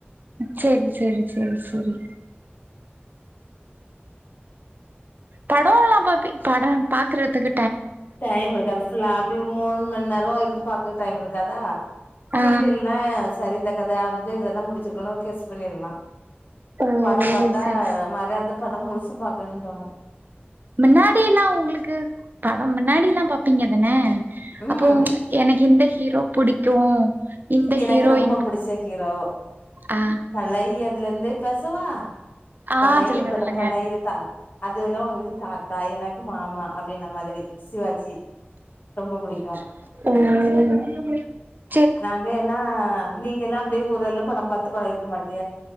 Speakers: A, on the right; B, on the left.
A: சரி சரி சரி சரி படம்ல்லா பாப்பி படம் பாக்கறதுக்
B: டைம் இருக்காது ஃபுல்லா அப்டி மூணு மணி நேரம் இருந்து பாக்க டைம் இருக்காதா சீரியல்னா
A: ஆ
B: சரி இந்த கதை அந்த இதுலதான் முடிச்சிருக்குனு ஒரு கெஸ்ட் பண்ணிடல
A: ஓ
B: படம் பார்த்தா
A: சேரி
B: மற அந்த படம் முழுசும் பாக்கணு தோணு
A: முன்னாடி எல்லா உங்களுக்கு படம் முன்னாடி எல்லா பாப்பீங்க தானே
B: ம்
A: அப்போ எனக்கு இந்த ஹீரோ புடிக்கு இந்த
B: எனக்கு
A: ஹீரோயின்
B: ரொம்ப புடிச்ச ஹீரோ
A: ஆ
B: பழைய அதுல இருந்தே பேசவா மம்
A: ஆ
B: பழைய
A: சொல்லுங்க
B: பட
A: சொல்லுங்க
B: பழைய தா அது உங்களுக்கு தாத்தா எனக்கு மாமா அப்படன மாதிரி சிவாஜி ரொம்ப புடிக்கு
A: ம்
B: நாங்க என்னா நீங்க எல்லா அப்டியே ஊரெல்ல படம் பார்த்து பழகி இருக்க மாட்டி